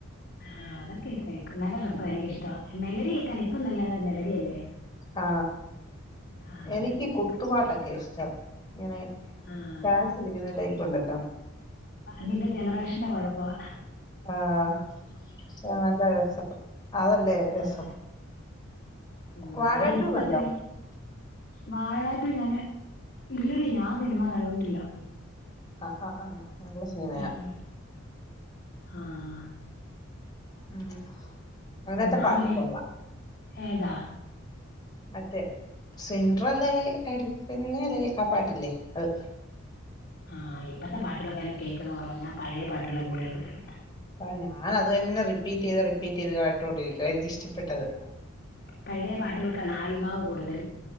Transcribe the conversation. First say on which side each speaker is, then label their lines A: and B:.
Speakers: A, on the left (about 50°); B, on the left (about 20°).
A: ആ അതൊക്കെയിരുന്നു കേക്കും നല്ല രസമാണ് എനിക്കിഷ്ടം മെലഡി കേൾക്കാൻ ഇപ്പം നല്ല മെലഡി അല്ലേ
B: ആ
A: ആ അങ്ങനത്തെ
B: എനിക്ക് കുത്തുപാട്ടൊക്കെ
A: കേൾക്കും
B: ഇഷ്ടം ഇങ്ങനെ
A: ആഹ്
B: ഡാൻസ് കളിക്കുന്ന ടൈപ്പ് ഉണ്ടല്ലോ
A: നിന്റെ ജനറേഷന്റെ കുഴപ്പമാ
B: ആ പക്ഷേ നല്ലരസ അതല്ലേ രസം
A: ആഹ് ഉം
B: വാഴ
A: മഴ ഇപ്പ
B: ടു കണ്ടോ
A: ദേ. വാഴ ടു ഞാനെ ഇല്ലടി ഞാൻ സിനിമ കണ്ടിട്ടില്ല.
B: ആഹ് ആഹ് ആഹ് നല്ല സിനിമയാ
A: ഉം ആഹ്
B: ഉം അതിനകത്തെ
A: ഞാൻ
B: പാട്ട്
A: പിന്നെ
B: കൊള്ളാം
A: ഏതാ
B: മറ്റേ. സെയിം അത്ര നല്ല. <unintelligible> പാട്ടില്ലേ അത്.
A: ആഹ് ഇപ്പത്തെ പാട്ടുകളെക്കെ കേൾക്കുന്നു കുറവ്, ഞാൻ പഴയ പാട്ടുകളെ കൂടുതൽ കേൾക്കത്തൊള്ളൂ.
B: ആ, ഞാൻ അത് തന്നെ റിപ്പീറ്റ് ചെയ്ത് റിപ്പീറ്റ് ചെയ്ത് കേട്ടോണ്ടിരിക്കുവാ എനിക്കിഷ്ടപ്പെട്ടത്
A: പഴെ പാട്ടുകൾക്കാണ് ആൽ നാവ് കൂടുതൽ